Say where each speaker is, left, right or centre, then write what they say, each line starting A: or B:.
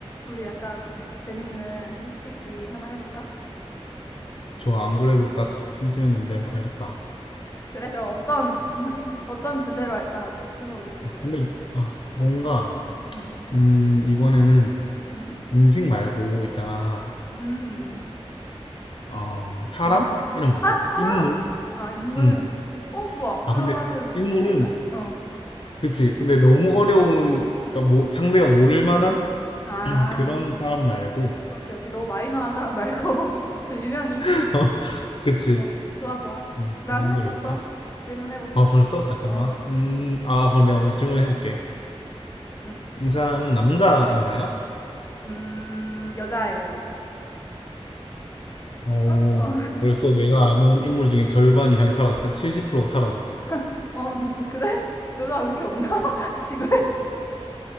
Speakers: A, on the left; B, on the left.
A: 우리 약간 재밌는 수수께끼 하나 해볼까?
B: 저 안 그래도 딱 심심했는데 잘했다.
A: 그래, 그럼 어떤, 어떤 주제로 할까? 스무고개 주제.
B: 근데 아, 뭔가
A: 응,
B: 음, 이번에는
A: 응,
B: 음식 말고 있잖아.
A: 음,
B: 어, 사람?
A: 음식.
B: 이런
A: 사,
B: 거 어때?
A: 사람!
B: 인물?
A: 아, 인물.
B: 음.
A: 어, 좋아. 그러면은
B: 아, 근데 인물은
A: 실제 인물? 어.
B: 그치. 근데 너무 어려운 그러니까 뭐 상대가 모를 만한
A: 아,
B: 그런 사람 말고.
A: 오케이, 오케이. 너무 마이너한 사람 말고 <laughs> 좀 유명인.
B: <laughs> 어, 그치.
A: 어, 좋아, 좋아.
B: 음,
A: 나
B: 그 정도로
A: 생각했어.
B: 해볼까?
A: 질문해 보시죠.
B: 아, 벌써? 잠깐만.
A: 어,
B: 음, 아, 그럼 내가 먼저 질문을 해볼게.
A: 음,
B: 이 사람은 남자인가요?
A: 음, 여자예요.
B: 오,
A: 어, 어,
B: 벌써 내가 아는 인물 중에 절반 이상이 사라졌어. 한 70%가 사라졌어.
A: <laughs> 어, 그- 그래? 여자 가 그렇게 없나? <laughs> 지금?